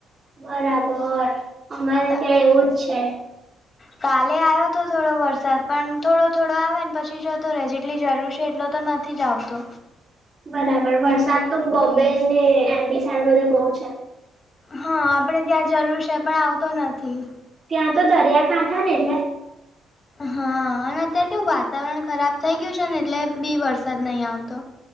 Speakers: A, on the right; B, on the left.
A: બરાબર અમારે
B: ત-
A: ત્યાં એવું જ છે.
B: કાલે આવ્યો તો થોડો વરસાદ પણ થોડો થોડો આવે ને પછી જતો રહે જેટલી જરૂર છે એટલો તો નથી નથી જ જાવ તો
A: બરાબર વરસાદ બોમ્બે ને એમપી સાઇડ તો બધે બહુ છે
B: હા આપણેે ત્યાં જરૂર છે પણ આવતો નથી.
A: ત્યાં તો દરિયાકાઠા ને એટલે
B: હા અને અત્યારે કેવું વાતાવરણ ખરાબ થઈ ગયું છે ને એટલે બી વરસાદ નહીં આવતો